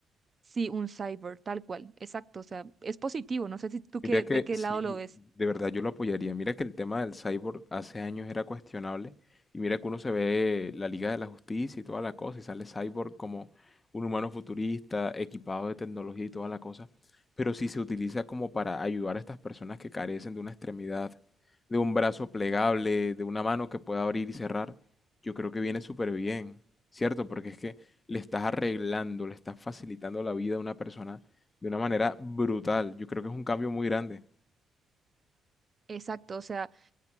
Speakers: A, on the right; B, on the left.
A: Sí, un cyber, tal cual, exacto, o sea, es positivo, no sé si tú qué,
B: Mira que
A: de qué
B: sí,
A: lado lo ves.
B: de verdad yo lo apoyaría. Mira que el tema del cyborg hace años era cuestionable y mira que uno se ve la Liga de la Justicia y toda la cosa y sale cyborg como un humano futurista, equipado de tecnología y toda la cosa, pero si se utiliza como para ayudar a estas personas que carecen de una extremidad, de un brazo plegable, de una mano que pueda abrir y cerrar, yo creo que viene súper bien, ¿cierto? Porque es que le estás arreglando, le estás facilitando la vida a una persona de una manera brutal. Yo creo que es un cambio muy grande.
A: Exacto, o sea,